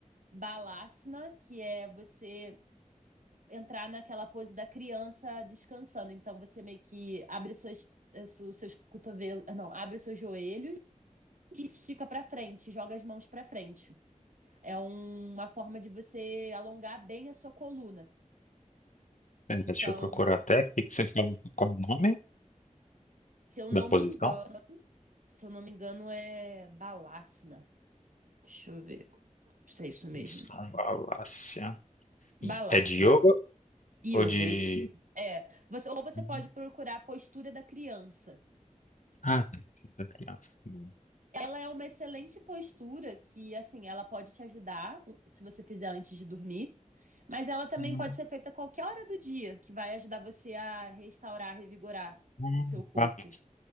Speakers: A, on the right; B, on the left.
A: Balasana, que é você entrar naquela pose da criança descansando. Então você meio que abre suas eh, su- seus cotovelos, não, abre os seus joelhos que estica para frente, joga as mãos para frente. É um- uma forma de você alongar bem a sua coluna.
B: Pera,
A: Então,
B: Deixa eu procurar até. O que que você fala? Qual o nome
A: se eu
B: da
A: não
B: posição?
A: me engano, se eu não me engano, é Balasana. Deixa eu ver se é isso mesmo.
B: Posição Valácia.
A: Balasana.
B: E É de yoga
A: Yoga.
B: ou de.
A: e- É. Você, ou você
B: Uhum.
A: pode procurar a postura da criança.
B: Ah, tá. Deixa eu Hum,
A: Ela é uma excelente postura que, assim, ela pode te ajudar hum, se você fizer antes de dormir, mas ela também
B: hum,
A: pode ser feita a qualquer hora do dia, que vai ajudar você a restaurar, revigorar
B: hum.
A: o seu corpo.
B: Ah, tá.